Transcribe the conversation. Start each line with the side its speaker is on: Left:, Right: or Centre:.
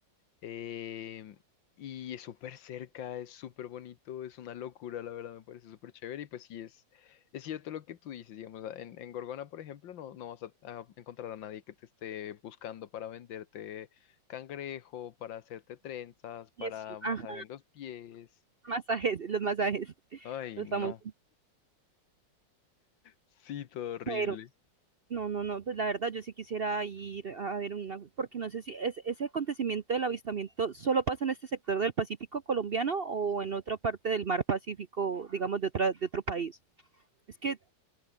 Left: Em, y es súper cerca, es súper bonito, es una locura, la verdad, me parece súper chévere. Y pues sí, es, es cierto lo que tú dices, digamos, a- en, en Gorgona, por ejemplo, no, no vas a, a encontrar a nadie que te esté buscando para venderte cangrejo, para hacerte trenzas, para
Right: Eso,
Left: masaje
Right: ajá,
Left: en los pies.
Right: masajes, los masajes,
Left: Ay,
Right: los
Left: no.
Right: famosos
Left: Sí, todo horrible.
Right: pero No, no, no, pues la verdad yo sí quisiera ir a ver una, porque no sé si es, ese acontecimiento del avistamiento solo pasa en este sector del Pacífico colombiano o en otra parte del mar Pacífico, digamos, de, otra, de otro país. Es que,